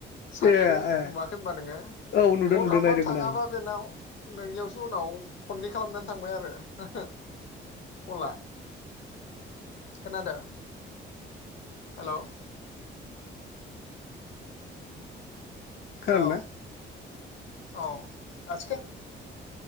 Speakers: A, on the left (about 70°); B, on the left (about 55°).
A: साटखौ
B: ए ए
A: नुवाखै होनबा नोङो
B: औ नुदों
A: कल
B: नुदों
A: खालामबाबो
B: नायदोंमोन
A: थाङाबा
B: आं
A: बेनाव नोंनियावसो उनाव खननै खालामनानै थांबाय आरो। कला, खोनादों हेलौ?
B: खोनादों
A: हेलौ
B: ना
A: औ आजिखा